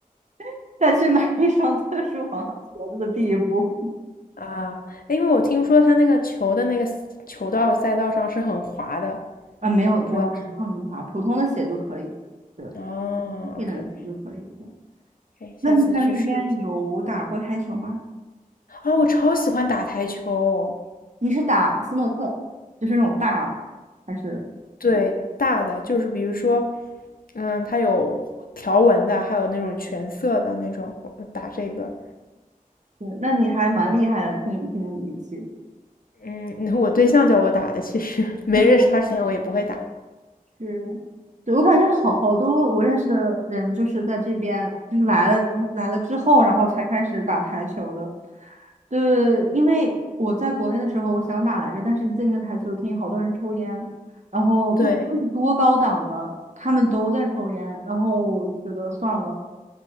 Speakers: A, on the right; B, on the left.
A: <laughs> 再去买一双特殊防滑鞋子的地步
B: 啊，因为我听说他那个球的那个球道赛道上是很滑的，
A: 啊，没有，我没有那么滑，
B: 不知道
A: 普通的鞋就可以，对，
B: 哦，OK
A: 贵点的鞋就可以这样
B: OK，可以，下次去试一下。
A: 那你在那边有打过台球吗？
B: 啊，我超喜欢打台球。
A: 你是打斯诺克，就是那种大的，还是？
B: 对，大的就是比如说，嗯，它有条纹的，还有那种全色的那种，我打这个。
A: 对，那你还蛮厉害的，听听语气，
B: 嗯，我对象叫我打的，其实 <laughs> 没认识他之前我也不会打。
A: 嗯，是，对，我感觉好好多我认识的人就是在这边，就是来了来了之后，然后才开始打台球的。对，因为我在国内的时候，我想打来着，但是一进那个台球厅，好多人抽烟，然后又科技多高档的，
B: 对
A: 他们都在抽烟，然后我就觉得算了。